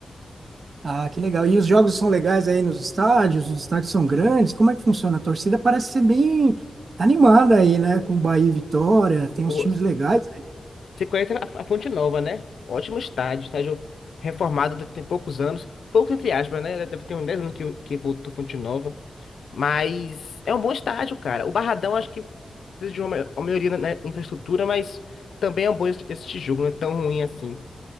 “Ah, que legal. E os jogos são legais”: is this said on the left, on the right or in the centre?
Right